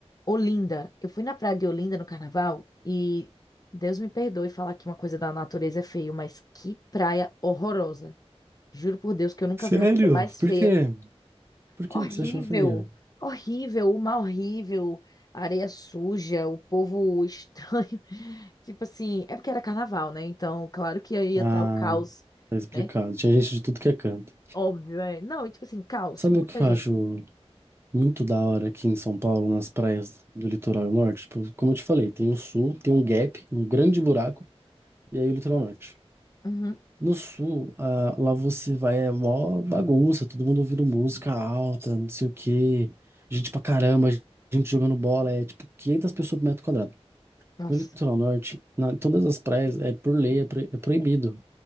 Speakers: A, on the left; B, on the right.
A: Olinda. Eu fui na praia de Olinda no carnaval e Deus me perdoe falar que uma coisa da natureza é feio, mas que praia horrorosa. Juro por Deus que eu nunca
B: Sério?
A: vi uma coisa mais
B: Por
A: feia.
B: quê? Por que
A: Horrível,
B: que você achou feio?
A: horrível, o mar horrível, a areia suja, o povo estranho. <laughs> Tipo assim, é porque era carnaval, né? Então, claro que aí ia
B: Ah,
A: estar o caos,
B: tá explicado.
A: né?
B: Tinha gente de tudo que é canto.
A: Óbvio, é. Não, e tipo assim, caos,
B: Sabe
A: muita
B: o que
A: gente.
B: eu acho muito da hora aqui em São Paulo, nas praias do litoral norte? Tipo, como eu te falei, tem o sul, tem um gap, um grande buraco, e aí o litoral norte.
A: Uhum.
B: No sul, ah, lá você vai, é mó bagunça, todo mundo ouvindo música alta, não sei o quê, gente pra caramba, gente jogando bola, é tipo 500 pessoas por metro quadrado.
A: Nossa.
B: No litoral norte, na, todas as praias, é por lei, é, pro- é proibido.